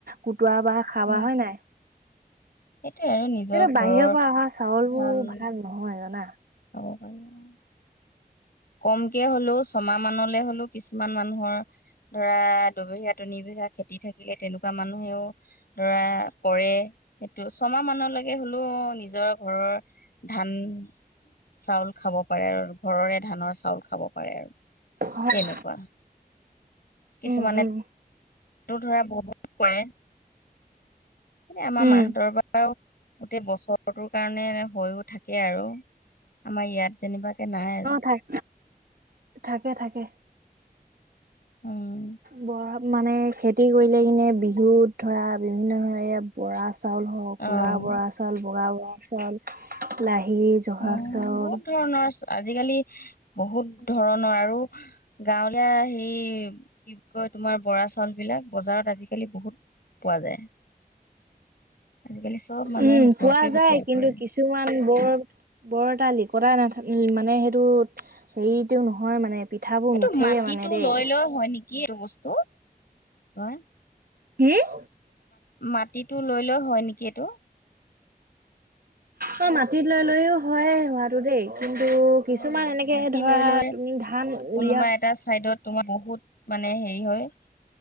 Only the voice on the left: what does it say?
উম,
সেইটোয়ে আৰু নিজৰ
ঘৰৰ
ধান
<inaudible> কমকে হ'লেও ছমাহ মানলৈ হ'লেও কিছুমান মানুহৰ ধৰা দুবিহীয়া তিন বিঘা খেতি থাকিলে তেনেকুৱা মানুহেও ধৰা কৰে। সেইটো ছমাহ মানলৈকে হ'লেও নিজৰ ঘৰৰ ধান চাউল খাব পাৰে আৰু ঘৰৰে ধানৰ চাউল খাব পাৰে আৰু
তেনেকুৱা। কিছুমানে
ধৰা বহুত কৰে। এনে আমাৰ
মাহতৰ বাৰু গোটেই বছৰটোৰ কাৰণে হৈও থাকে আৰু আমাৰ ইয়াত যেনিবাকে নাই আৰু।
উম।
অ
অ',
বহুত ধৰণৰ আজিকালি বহুত ধৰণৰ আৰু গাঁৱলীয়া সেই কি কয় তোমাৰ বৰা চাউলবিলাক বজাৰত আজিকালি বহুত পোৱা যায়। আজিকালি চব মানুহে
সেইবোৰকে
বিচাৰি
ফুৰে
এইটো
মাটিটো
লৈ লৈ হয় নেকি এইটো বস্তু তোমাৰ
মাটিটো লৈ লৈ হয় নেকি এইটো।
অ
মাটি
লৈ লৈ
কোনোবা এটা চাইডত তোমাৰ বহুত মানে হেৰি হয়।